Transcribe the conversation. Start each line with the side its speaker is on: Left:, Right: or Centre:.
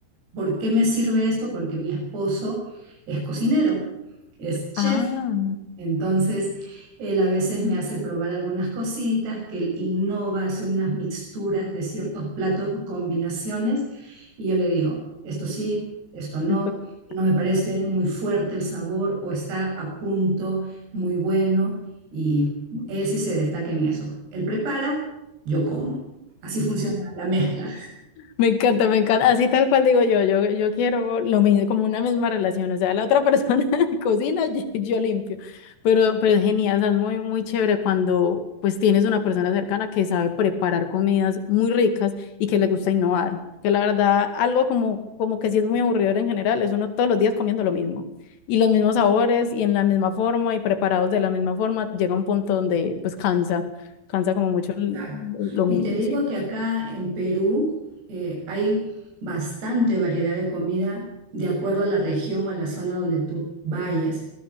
Right: ¿Por qué me sirve esto? Porque mi esposo es cocinero, es chef,
Left: Ah,
Right: entonces, él a veces me hace probar algunas cositas, que él innova, hace unas mixturas de ciertos platos, combinaciones, y yo le digo, esto sí, esto no,
Left: está bien.
Right: no me parece muy fuerte el sabor o está a punto, muy bueno, y él sí se destaca en eso. Él prepara, yo como. Así funciona la mezcla.
Left: Me encanta, me encanta. Así tal cual digo yo, yo, yo quiero lo mismo, como una misma relación. O sea, la otra persona <laughs> cocina, yo, yo limpio. Pero, pero es genial, o sea, es muy, muy chévere cuando pues tienes una persona cercana que sabe preparar comidas muy ricas y que le gusta innovar. Que la verdad, algo como, como que sí es muy aburridor en general, es uno todos los días comiendo lo mismo. Y los mismos sabores y en la misma forma y preparados de la misma forma, llega un punto donde pues cansa, cansa como mucho el-
Right: Claro.
Left: lo
Right: Y
Left: mismo
Right: te digo
Left: siempre.
Right: que acá en Perú eh, hay bastante variedad de comida de acuerdo a la región o a la zona donde tú vayas.